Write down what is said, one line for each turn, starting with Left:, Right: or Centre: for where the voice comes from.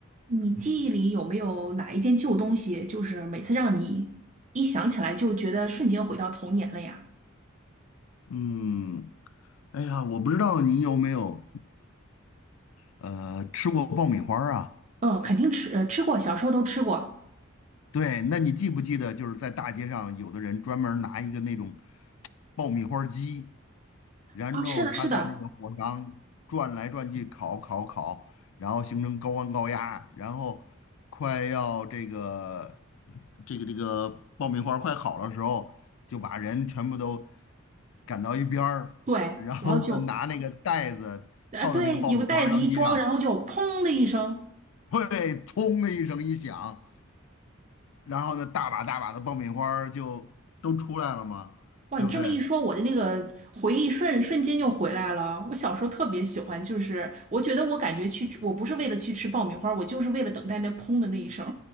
Right: 你记忆里有没有哪一件旧东西，就是每次让你一想起来就觉得瞬间回到童年了呀？
Left: 嗯，哎呀，我不知道你有没有呃吃过爆米花儿啊？
Right: 嗯，肯定吃，呃吃过，小时候都吃过。
Left: 对，那你记不记得，就是在大街上，有的人专门儿拿一个那种爆米花儿机，然后他在那个火上转来转去烤烤烤，
Right: 啊，是的，是的，
Left: 然后形成高温高压，然后快要这个这个这个爆米花儿快好的时候，就把人全部都赶到一边儿，
Right: 对，
Left: 然后呢拿那个袋子套到那个爆米花儿瓤机上。
Right: 然后就，啊，对，有个袋子一装，然后就砰的一声，
Left: 对，砰的一声一响，然后呢，大把大把的爆米花儿就都出来了嘛，
Right: 哇，
Left: 对不对？
Right: 你这么一说，我的那个回忆瞬瞬间就回来了。我小时候特别喜欢，就是我觉得我感觉去，我不是为了去吃爆米花，我就是为了等待那砰的那一声。